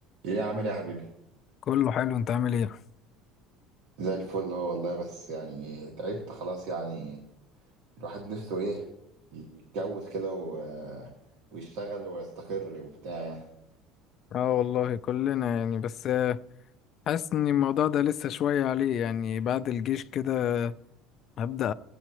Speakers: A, on the right; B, on the left.
A: ايه عامل ايه يا حبيبي
B: كله حلو انت عامل ايه
A: زي الفل هو والله بس يعني تعبت خلاص يعني الواحد نفسه ايه يتجوز كده و... ويشتغل ويستقر وبتاع
B: اه والله كلنا يعني بس آه، حاسس ان الموضوع ده لسه شوية عليه يعني بعد الجيش كده هبدأ